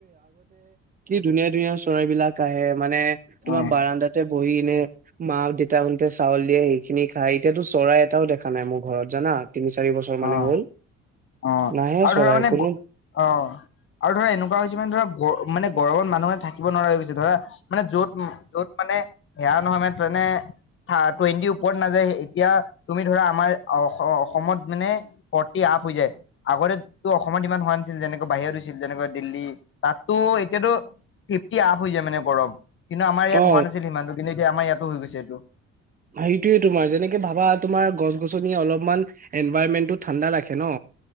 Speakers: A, on the right (about 30°); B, on the left (about 45°).
A: ধুনীয়া-ধুনীয়া চৰাইবলাক আহে মানে তোমাৰ
B: অ
A: বাৰাণ্ডাতে বহি নে মা দেউতাহতে চাউল দিয়ে সেইখিনি খাই এতিয়াতো চৰাই এটাও দেখা নাই মোৰ ঘৰত জানা? তিনি চাৰি বছৰ মানে
B: অ
A: হ'ল
B: অ',
A: নাহে
B: আৰু
A: চৰাই
B: ধৰা মানে
A: কোনো
B: অ'। আৰু ধৰা এনেকুৱা হৈছে মানে ধৰা মানে গৰমত মানুহ থাকিব নোৱাৰা হৈ গৈছে ধৰা মানে য'ত যত মানে সেয়া নহয় মানে, তেনে টুৱেণ্টিৰ ওপৰত নাযায় এতিয়া তুমি ধৰা আমাৰ অস অসমত মানে ফৰটি আপ হৈ যায় আগতেটো অসমত ইমান হোৱা নাছিল যেনেকৈ বাহিৰত হৈছিল যেনেকুৱা দিল্লী তাততো এতিয়াতো ফিফটি আপ হৈ যায় মানে গৰম কিন্তু আমাৰ ইয়াত
A: অ
B: হোৱা নাছিল সিমানটো কিন্তু আমাৰ ইয়াতো হৈ গৈছে এইটো
A: সেইটোৱে তোমাৰ যেনেকে ভাবা তোমাৰ গছ গছনিয়ে অলপমান এনভাইৰণমেণ্টটো ঠাণ্ডা ৰাখে ন?